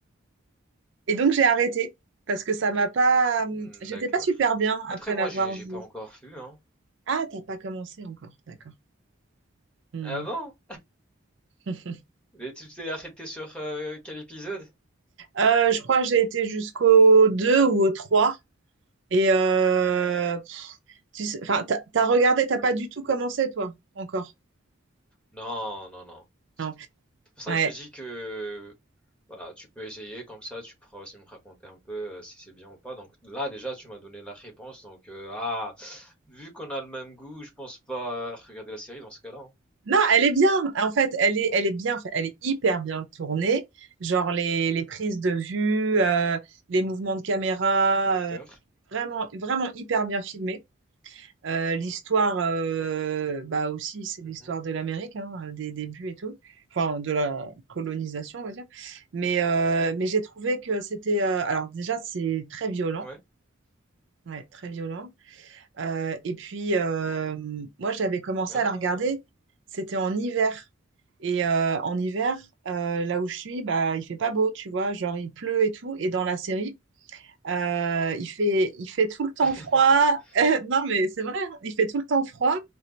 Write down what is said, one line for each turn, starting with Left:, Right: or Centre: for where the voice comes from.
Right: Et donc j'ai arrêté parce que ça m'a pas, hum,
Centre: Mmh,
Right: j'étais
Centre: d'accord.
Right: pas super bien
Centre: Après
Right: après
Centre: moi
Right: l'avoir
Centre: j'ai j'ai
Right: vu.
Centre: pas encore vu, hein.
Right: Ah, t'as pas commencé encore, d'accord. Hmm.
Centre: Ah bon?
Right: <laughs>
Centre: Mais tu t'es arrêté sur, heu, quel épisode?
Right: Euh, je crois que j'ai été jusqu'au 2 ou au 3. Et euh, tu sais, enfin, t'as, t'as regardé, t'as pas du tout commencé, toi, encore.
Centre: Non, non, non. C'est
Right: Non.
Centre: pour ça
Right: Ouais.
Centre: que je te dis que, voilà, tu peux essayer comme ça, tu pourras aussi me raconter un peu, heu, si c'est bien ou pas. Donc là déjà tu m'as donné la réponse donc, heu, ah, vu qu'on a le même goût, je pense pas regarder la série dans ce cas-là, hein.
Right: Non, elle est bien. En fait, elle est, elle est bien. fait- Elle est hyper bien tournée. Genre les, les prises de vue, euh, les mouvements de caméra,
Centre: D'accord.
Right: euh, vraiment, vraiment hyper bien filmé. Euh, l'histoire, euh, bah aussi, c'est
Centre: Mmh
Right: l'histoire de l'Amérique, hein, euh, des débuts et tout, enfin de la colonisation, on va dire. Mais, euh, mais j'ai trouvé que c'était, euh, alors déjà, c'est très violent,
Centre: Ouais.
Right: ouais, très violent. Euh, et puis, euh, moi, j'avais commencé
Centre: Ah!
Right: à la regarder, c'était en hiver. Et euh, en hiver, euh, là où je suis, bah, il fait pas beau, tu vois, genre il pleut et tout. Et dans la série, euh, il fait, il fait tout le temps
Centre: <laughs>
Right: froid. <laughs> non, mais c'est vrai, hein, il fait tout le temps froid.